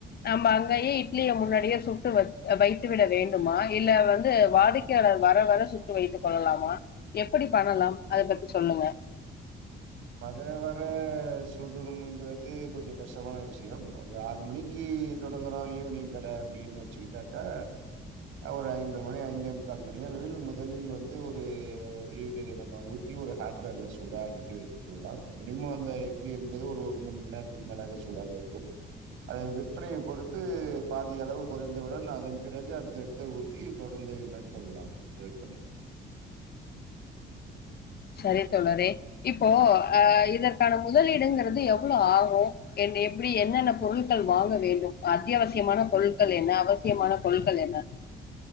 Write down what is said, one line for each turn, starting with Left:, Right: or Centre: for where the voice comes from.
Left: நம்ம அங்கயே இட்லிய முன்னாடியே சுட்டு வெச் வைத்து விட வேண்டுமா இல்ல வந்து வாடிக்கையாளர் வர வர சுட்டு வைத்துக் கொள்ளலாமா எப்படி பண்ணலாம் அத பத்தி சொல்லுங்க
Right: வர வர சுடுணும்ங்கிறது கொஞ்சம் கஷ்டமான விஷயம் ஒரு ஆறு மணிக்கு தொடங்கறோ ஈவினிங் கட அப்டின்னு வெச்சுக்கிட்டாக்கா ஒரு ஐந்தரை மணி ஐந்தே முக்கால் மணி அளவில் முதலில் வந்து ஒரு ஈடு நம்ம ஊத்தி ஒரு ஹேட் பேக்ல சு சூடா அடுக்கி வைத்துக் கொள்ளலாம் மினிமம் அந்த இட்லி என்பது ஒரு மணி நேரத்துக்கு மேலாக சூடாக இருக்கும் அதன் விற்பனையை பொறுத்து பாதி அளவு குறைந்தவுடன் அதன் பிறகு அடுத்தடுத்து ஊத்தி தொடர்ந்து மேற்கொள்ளலாம் விற்பனைக்கு
Left: சரித்தோழரே இப்போ அஹ் இதற்கான முதலீடுங்கிறது எவ்ளோ ஆகும் எப்டி என்னென்ன பொருள்கள் வாங்க வேண்டும் அத்தியாவசியமான பொருட்கள் என்ன அவசியமான பொருட்கள் என்ன